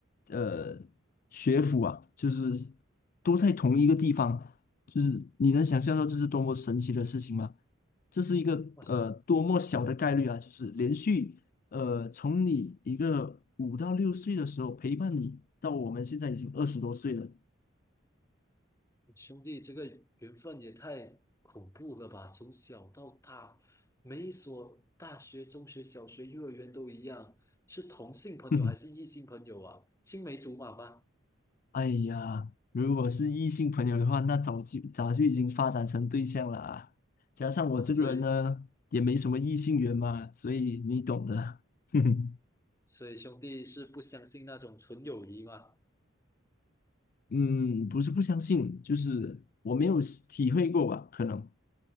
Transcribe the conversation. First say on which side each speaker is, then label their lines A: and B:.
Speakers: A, on the left (about 45°); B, on the left (about 15°).
A: 呃学府啊，就是都在同一个地方，就是你能想象到这是多么神奇的事情吗？这是一个呃多么小的概率啊！
B: 哇塞，
A: 就是连续呃从你一个五到六岁的时候陪伴你，到我们现在已经二十多岁了。
B: 兄弟，这个缘分也太恐怖了吧！从小到大，每一所大学、中学、小学、幼儿园都一样，是同性朋友还是异性朋友啊？
A: <laughs> 哼，
B: 青梅竹马吗？
A: 哎呀，如果是异性朋友的话，那早就早就已经发展成对象了啊。加上我这个人呢，
B: 哇塞，
A: 也没什么异性缘嘛，所以你懂的。<laughs> 哼哼，
B: 所以兄弟是不相信那种纯友谊吗？
A: 嗯，不是不相信，就是我没有体会过吧，可能。